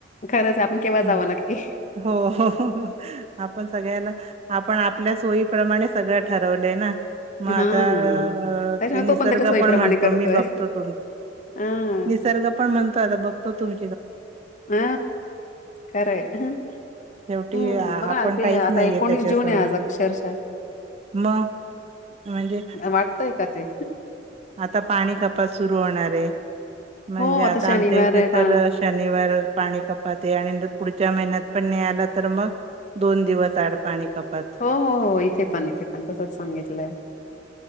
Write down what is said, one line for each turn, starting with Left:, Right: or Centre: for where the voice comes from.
Left: खरंच आपण केव्हा
Right: हम्म,
Left: जावं नक्की.
Right: हो हो आपण सगळ्याला.. आपण आपल्या सोयीप्रमाणे सगळं ठरवलंय ना.. मगं आता,
Left: हां. त्याच्यामुळे
Right: ते निसर्ग
Left: तो त्याच्या सोयीप्रमाणे
Right: पण म्हणतो
Left: करतोय.
Right: मी बघतो, तुमी..
Left: हां,
Right: निसर्ग पण म्हणतो आता बघतो तुम
Left: हा खरं आहे..
Right: शेवटी
Left: हम्म
Right: आ-
Left: बघा
Right: आपण
Left: ते
Right: काहीच
Left: आता
Right: नाहीये
Left: एकोणीस
Right: त्याच्यासमोर
Left: जून आहे आज अक्षरशः.
Right: मग म्हणजे,,
Left: वाटतंय का ते?
Right: आता पाणी कपात सुरू होणार हाय म्हणजे
Left: हो,
Right: आता
Left: शनिवार
Right: आमच्या इथे
Left: आहे पा
Right: तर शनिवार पाणी कपाते आणि पुढच्या महिन्यात पण नाही आला तर मगं दोन दिवस आड पाणी कपात..
Left: हो, हो, हो इथे पण, इथे पण तसच सांगितलंय.